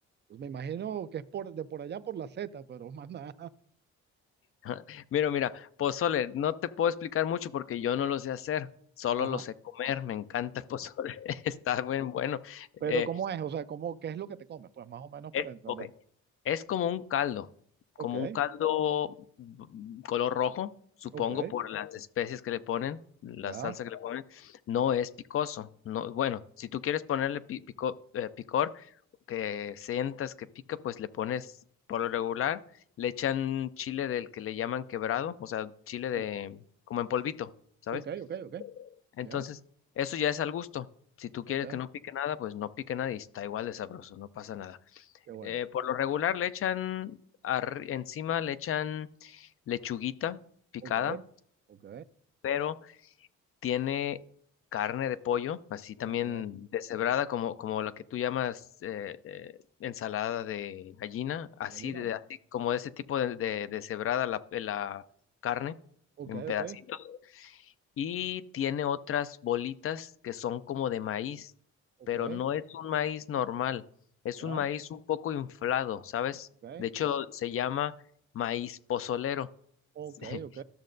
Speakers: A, on the right; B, on the left.
A: pues me imagino que es por, de por allá por la Z, pero <laughs> más nada.
B: <laughs> Mira, mira, pozole, no te puedo explicar mucho porque yo no lo sé hacer, solo
A: Ajá.
B: lo sé comer, me encanta el pozole, <laughs> está bien bueno.
A: Pero
B: Eh,
A: ¿cómo es? O sea, ¿cómo, qué es lo que te comes? Pues más o menos
B: eh,
A: para entender.
B: ok, es como un caldo, como
A: Ok.
B: un caldo mm, color rojo, supongo
A: Ok,
B: por las especies que le ponen, la
A: ya.
B: salsa que le ponen. No es picoso. No, bueno, si tú quieres ponerle pi- pico- eh, picor, que sientas que pica, pues le pones por lo regular, le echan chile del que le llaman quebrado, o sea, chile
A: o-
B: de como en polvito, ¿sabes?
A: Ok, ok, ok,
B: Entonces,
A: ya.
B: eso ya es al gusto. Si tú quieres
A: Ok,
B: que no pique nada, pues no pique nada y está igual de sabroso, no pasa nada.
A: qué bueno.
B: Eh, por lo regular le echan, arri- encima le echan lechuguita picada,
A: Ok, ok,
B: pero tiene carne de pollo, así también
A: ok.
B: deshebrada, como, como la que tú llamas eh, eh, ensalada de gallina, así,
A: Gallina,
B: de,
A: o-
B: así como ese tipo de, de deshebrada la, la carne
A: ok,
B: en pedacitos
A: ok,
B: y tiene otras bolitas que son como de maíz,
A: ok,
B: pero no es un maíz normal, es
A: ya.
B: un maíz un poco inflado, ¿sabes?
A: Ok,
B: De hecho, se llama maíz pozolero.
A: ok,
B: <laughs>
A: ok,